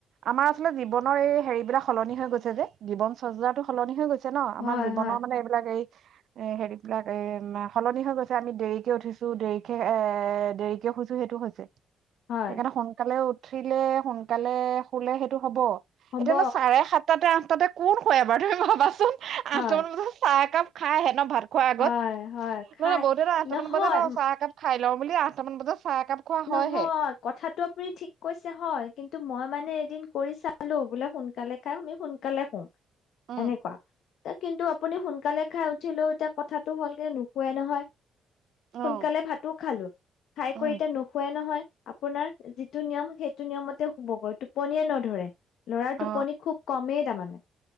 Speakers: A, on the right; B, on the left.
A: আমাৰ আচলে জীৱনৰ এই হেৰি বিলাক সলনি হৈ গৈছে যে, গিৱন চৰ্যাটো সলনি হৈ গৈছে। ছে ন, আমাৰ
B: হয়,
A: জীৱনৰ
B: হয়,
A: মানে এইবিলাক এই এ হেৰিবলাক এই মা সলনি হৈ গৈছে, আমি দেৰিকে উঠিছো দেৰিকে এ এ দেৰিকে খুইছো সেইটো হৈছে।
B: হয়,
A: সেইকাৰণে সোনকালেও উঠিলে সোনকালে শুলে সেইটো হ'ব
B: হ'ব,
A: এতিয়া ন চাৰে সাত তাতে আঠটাতে কোন শুৱে এবাৰ তুমি ভাবাচোন
B: হয়,
A: আঠটামান বজাত চাহ কাপ খাইে ন ভাৰ খোৱাৰ আগত
B: হয়, হয়, খাই
A: নহলে বহুতে আঠটামান
B: নহয়,
A: বজাত
B: উম,
A: চাহ একাপ খাই লওঁ বুলি আঠটামান বজাত চাহ একাপ খোৱা
B: নহয়
A: হয়হে
B: কথাটো আপুনি ঠিক কৈছে হয় কিন্তু মই মানে এদিন কৰি চালো বোলে সোনকালে খাই আমি সোনকালে শুওঁ
A: উম
B: এনেকুৱা কিন্তু আপুনি সোনকালে খাই উঠিলেও এতিয়া কথাটো হলগে নুশুৱে নহয়
A: অ
B: সোনকালে ভাতো খালো খাই
A: উম
B: কৈ নুশুৱে নহয় আপোনাৰ যিটো নিয়ম সেইটো নিয়মতে শুবগৈ টোপনিয়ে নধৰে। ল'ৰাৰ
A: অ
B: টোপনি খুব কমেই তাৰমানে।